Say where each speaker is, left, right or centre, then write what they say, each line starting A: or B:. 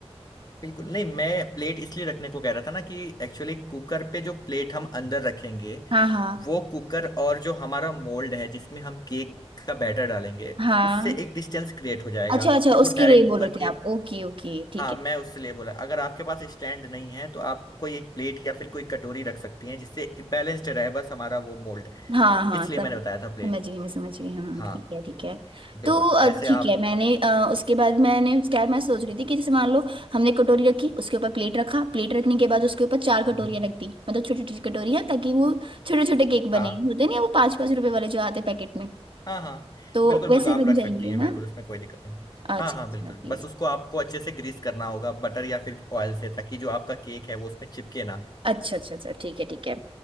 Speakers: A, on the left; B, on the right.
A: बिल्कुल नहीं मैं प्लेट इसलिए रखने को कह रहा था ना कि एक्चुअली कुकर पे जो प्लेट हम अंदर रखेंगे
B: हाँ हाँ
A: वो कुकर और जो हमारा मोल्ड है जिसमें हम केक का बैटर डालेंगे
B: हाँ
A: उससे एक डिस्टेंस क्रिएट हो जाएगा
B: अच्छा अच्छा
A: कि वो
B: उसके
A: डायरेक्ट
B: लिए
A: कुकर
B: बोल रहे थे
A: के
B: आप ओके ओके ठीक
A: हाँ
B: है
A: मैं उससे लिए बोला अगर आपके पास स्टैंड नहीं है तो आप कोई एक प्लेट या फिर कोई कटोरी रख सकती हैं जिससे बैलेंस्ड रहे बस हमारा वो मोल्ड
B: हाँ हाँ
A: इसलिए
B: सम,
A: मैंने बताया था प्लेट
B: समझ गई मैं समझ गई हम
A: हाँ
B: ठीक है ठीक है
A: बिल्कुल
B: तो अ,
A: ऐसे
B: ठीक
A: आप
B: है मैंने अ, उसके बाद मैंने क्या मैं सोच रही थी कि जैसे मान लो हमने कटोरी रखी उसके ऊपर प्लेट रखा प्लेट रखने के बाद उसके ऊपर चार
A: हम्म
B: कटोरियाँ
A: हम्म,
B: रख दी मतलब छोटी छोटी कटोरियाँ ताकि वो छोटे छोटे केक बने
A: हाँ
B: होते नहीं है वो पाँच पाँच रुपए वाले जो आते हैं पैकेट में
A: हाँ हाँ
B: तो
A: बिल्कुल
B: वैसे
A: बिल्कुल आप
B: बन
A: रख
B: जाएंगे
A: सकती हैं बिल्कुल
B: ना
A: उसमें कोई दिक्कत नहीं
B: अच्छा
A: हाँ हाँ
B: अच्छा
A: बिल्कुल
B: please।
A: बस उसको आपको अच्छे से ग्रीस करना होगा बटर या फिर ऑयल से ताकि जो आपका केक है वो उसमें चिपके ना
B: अच्छा अच्छा अच्छा ठीक है ठीक है